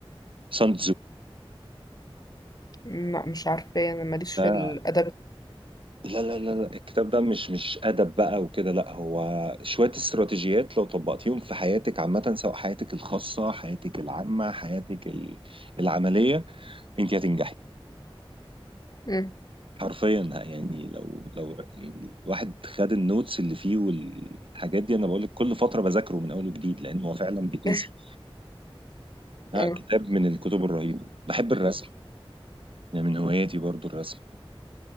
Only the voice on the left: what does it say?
لا مش عارفه انا ماليش
في الادب
مم.
<laughs>
اه